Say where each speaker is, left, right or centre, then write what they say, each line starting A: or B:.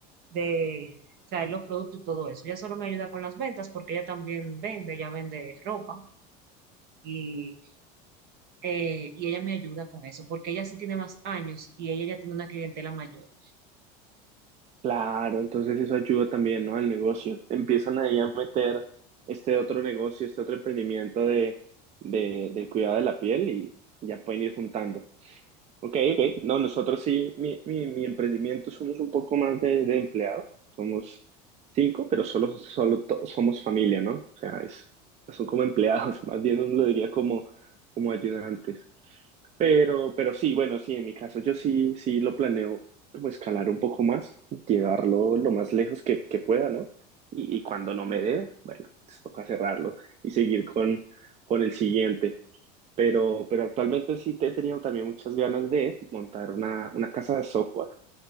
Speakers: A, on the right (about 50°); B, on the right (about 30°).
A: de traer los productos y todo eso. Ella solo me ayuda con las ventas porque ella también vende, ella vende ropa. Y, eh, y ella me ayuda con eso, porque ella sí tiene más años y ella ya tiene una clientela mayor.
B: Claro, entonces eso ayuda también, ¿no? Al negocio. Empiezan ahí a meter este otro negocio, este otro emprendimiento de, de, del cuidado de la piel y ya pueden ir juntando. Ok, ok. No, nosotros sí, mi, mi, mi emprendimiento somos un poco más de, de empleados. Somos cinco, pero solo, solo to- somos familia, ¿no? O sea, es, son como empleados, <laughs> más bien uno lo diría como, como ayudantes. Pero, pero sí, bueno, sí, en mi caso yo sí, sí lo planeo como escalar un poco más, llevarlo lo más lejos que, que pueda, ¿no? Y, y cuando no me dé, bueno, pues toca cerrarlo y seguir con, con el siguiente. Pero, pero actualmente sí te he tenido también muchas ganas de montar una, una casa de software.